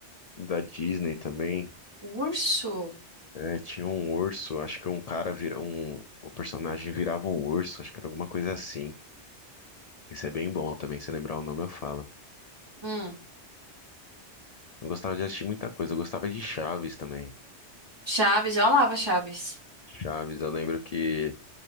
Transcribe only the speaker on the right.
Urso.
Hum,
Chaves, eu amava Chaves.